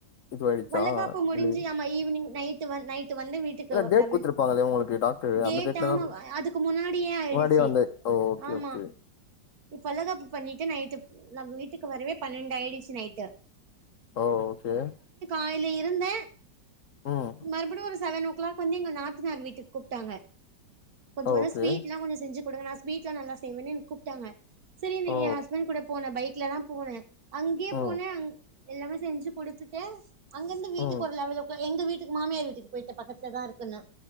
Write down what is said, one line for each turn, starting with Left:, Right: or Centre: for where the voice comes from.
Left: இதுவாயிடுச்சா
Right: வலகாப்பு முடிஞ்சு
Left: டெலிவரி
Right: ஆமா ஈவினிங் நைடு வ நைட் டு வந்து வீட்டுக்கு
Left: இல்ல
Right: ஒரு
Left: டேட்
Right: லெவல்
Left: குடுத்துருப்பாங்களே உங்களுக்கு டாக்டரு
Right: டேட்
Left: அந்த டேட்ல
Right: ஆன
Left: தா
Right: அதுக்கு முன்னாடியே ஆயிடுச்சு
Left: முன்னாடியே வந்து ஓ ஓகே
Right: ஆமா
Left: ஓகே
Right: இப்ப வளகாப்பு பண்ணீட்டு நைட்டு நம்ம வீட்டுக்கு வரவே பன்னண்டாய்டுச்சு நைட்டு
Left: ஓ ஓகே
Right: ஆ இல இருந்த
Left: ம்
Right: மறுபடியு ஒரு செவனோ க்ளாக் வந்து எங்க நாத்தனார் வீட்டுக் கூப்ட்டாங்க கொஞ்சோ
Left: ஓகே
Right: கொஞ்சொ ஸ்வீட்லா கொஞ்சோ செஞ்சுட் குடுங்க நா ஸ்வீட்லா நல்லா செய்வேன்னு என கூப்ட்டாங்க செரீனு
Left: ஓ
Right: எ ஹஸ்பண்ட் கூட போன பைக்லதா போன அங்கியே
Left: ம்
Right: போன அங் எல்லாமே செஞ்சு குடுத்துட்ட அங்கிருந்து வீட்டுக்கு
Left: ம்
Right: ஒரு லெவலோக்ளோ எங்க வீட்டுக்கு மாமியார் வீட்டுக்கு போய்ட்ட பக்கத்லாதா இருக்குன்னு